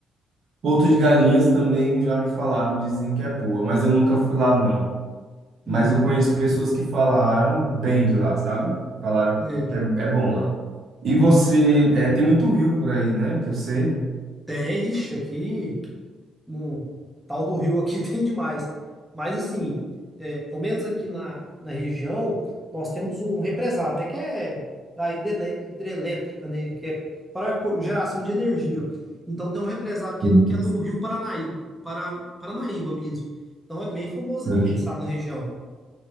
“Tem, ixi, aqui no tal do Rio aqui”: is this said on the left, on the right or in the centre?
Centre